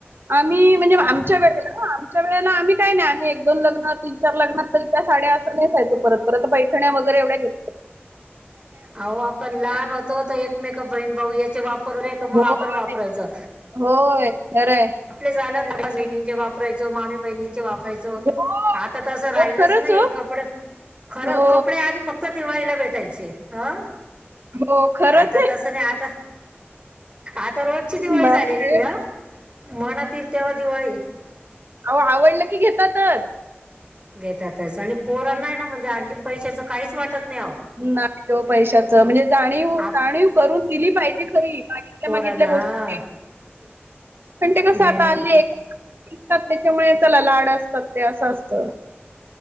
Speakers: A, on the right; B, on the right.
A: आम्ही म्हणजे
B: आप
A: आमच्या वेळेला आमच्या व ेळे आम्ही काही नाही आम्ही एक दोन लग्न ती चार लग्ना तर त्या साद्या अस नाही नेसायचो परत परत पैठण्या वगैरे एवढ्या घेत
B: आओ आपण लहान होतो तर एकमेक बहीण भाऊ याच्या वा पर मग
A: होय,
B: आपण वापरायचं
A: होय. खरंय.
B: आपले झाल्या ल बहिणींचे वापरायचं मामी बहिणींचे वापर
A: हो.
B: आता तर असं राहिलंच
A: हो खरंच
B: नाही
A: हो.
B: कपडे खर
A: हो.
B: कपडे आधी फक्त दिवाळीला भेट त्याईचे हा
A: हो खरंच
B: आता
A: आहे.
B: तसं नाही आता आता रोजची दिवाळी
A: बापरे!
B: झालेली अ मनातयेईल तेव्हा दिवाळी
A: आव आवडलं की घेतातच
B: घेतातच आणि पोरांना ये म्हणजे हल्ली पैशाच काहीच वाटत नाही अहो
A: नाही ग पैशाच म्हणजे जाणीव
B: आप
A: जाणीव करून दिली पाहिजे खरी मागितल्या
B: पोरांना
A: मागल्या
B: हा
A: गोष्टी पण ते कस
B: नाही
A: आता
B: नाही
A: आली एक त त्याच्यामुळे त्याला लाड असतात ते असं असत